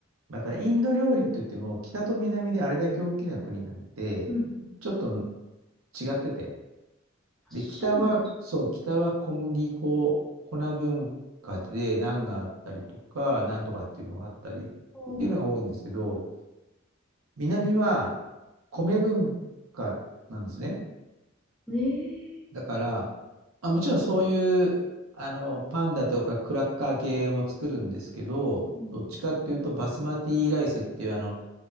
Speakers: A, on the right; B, in the centre.
A: また、インド料理といっても、北と南であれだけ大きな国なので、
B: うんうん。
A: ちょっと違ってて。
B: あそうなんです。
A: で、北は、そう、北は小麦粉、粉文化でナンがあったりとか、なんとかっていうのがあったりっ
B: うん
A: ていうのが多いんですけど、南は米文化なんですね。
B: ええ
A: だから、あ、もちろんそういう、あの、パンだとかクラッカー系も作るんですけど、
B: うん。
A: どっちかっていうと、バスマティライスっていう、あの、